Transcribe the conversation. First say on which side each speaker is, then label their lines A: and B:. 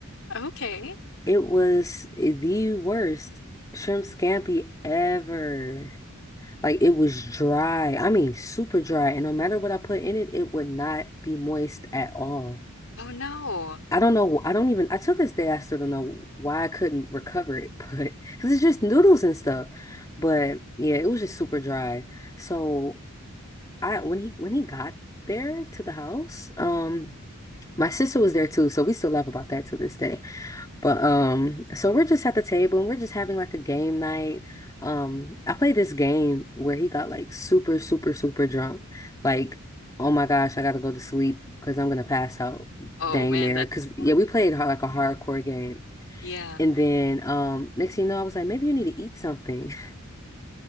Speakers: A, on the left; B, on the left.
A: Okay.
B: It was the worst shrimp scampi ever. Like it was dry. I mean, super dry. And no matter what I put in it, it would not be moist at all.
A: Oh no.
B: I don't know. I don't even, I till this day, I still don't know why I couldn't recover it, <laughs> but because it's just noodles and stuff. But yeah, it was just super dry. So I, when he, when he got there to the house, um, my sister was there too. So we still laugh about that to this day. But um, so we're just at the table and we're just having like a game night. Um, I played this game where he got like super, super, super drunk. Like, oh my gosh, I gotta go to sleep because I'm gonna pass out
A: Oh
B: dang
A: man,
B: near.
A: that's
B: Cause yeah, we played hard, like a hardcore game.
A: yeah.
B: And then um next thing you know, I was like, maybe you need to eat something. <laughs>